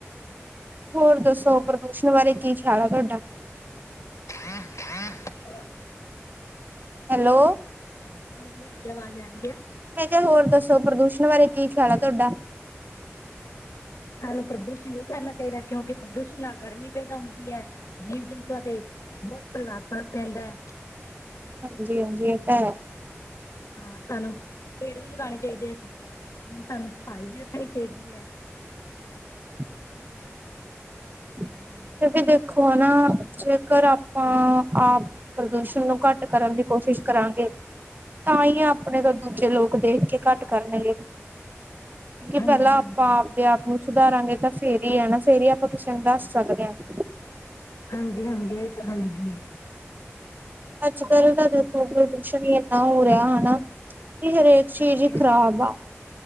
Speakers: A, on the right; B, on the left.
A: ਹੋਰ ਦੱਸੋ ਪ੍ਰਦੂਸ਼ਣ ਬਾਰੇ ਕੀ ਖਿਆਲ ਆ ਤੁਹਾਡਾ।
B: <inaudible>
A: ਹੈਲੋ
B: ਹਾਂਜੀ-ਹਾਂਜੀ ਆਵਾਜ਼ ਆ ਰਹੀ ਹੈ।
A: ਮੈਂ ਕਿਹਾ ਹੋਰ ਦੱਸੋ ਪ੍ਰਦੂਸ਼ਣ ਬਾਰੇ ਕੀ ਖਿਆਲ ਆ ਤੁਹਾਡਾ।
B: ਸਾਨੂੰ ਪ੍ਰਦੂਸ਼ਣ ਨੀ ਕਰਨਾ ਚਾਹੀਦਾ ਕਿਉਂਕਿ ਪ੍ਰਦੂਸ਼ਣ ਨਾਲ ਗਰਮੀ ਪੈਦਾ ਹੁੰਦੀ ਹੈ। ਜੀਵ ਜੰਤੂਆਂ ਤੇ ਬੌਤ ਪ੍ਰਭਾਵ ਪੈਂਦਾ।
A: ਹਾਂਜੀ-ਹਾਂਜੀ ਇਹ ਤਾ ਹੈ।
B: ਹਾਂ ਸਾਨੂੰ ਪੇੜ ਵੀ ਲਗਾਉਣੇ ਚਾਹੀਦੇ ਆ, ਸਾਨੂੰ ਸਫ਼ਾਈ ਵੀ ਰੱਖਣੀ ਚਾਹੀਦੀ ਹੈ।
A: <inaudible>
B: ਹਾਂਜੀ
A: ਕਿਉਕਿ ਦੇਖੋ ਨਾ ਜੇਕਰ ਆਪ ਪਾ ਆਪ ਪ੍ਰਦੂਸ਼ਣ ਨੂੰ ਘੱਟ ਕਰਨ ਦੀ ਕੋਸ਼ਿਸ਼ ਕਰਾਂਗੇ ਤਾਂ ਹੀ ਆ ਆਪਣੇ ਤੋਂ ਦੂਜੇ ਲੋਕ ਦੇਖ ਕੇ ਘੱਟ ਕਰਨਗੇੇ। ਕੀ
B: ਹਾਂਜੀ
A: ਪਹਿਲਾ
B: ਹਾਂਜੀ
A: ਆਪਾ ਆਪਦੇ ਆਪ ਨੂੰ ਸੁਧਾਰਾਂਗੇ ਤਾਂ ਫੇਰ ਹੀ ਹੈ ਨਾ ਫੇਰ ਹੀ ਆਪਾਂ ਕਿਸੇ ਨੂੰ ਦੱਸ ਸਕਦੇ ਹਾਂ।
B: ਹਾਂਜੀ-ਹਾਂਜੀ ਇਹ ਤੇ ਹਾਂਜੀ।
A: ਅੱਜ ਕੱਲ ਤਾਂ ਦੇਖੋ ਪ੍ਰਦੂਸ਼ਣ ਹੀ ਇਨਾ ਹੋ ਰਿਹਾ ਹਨਾ ਕਿ ਕਰੇ ਚੀਜ਼
B: ਹਾਂਜੀ
A: ਹੀ
B: ਹਾਂਜੀ
A: ਖਰਾਬ ਆ।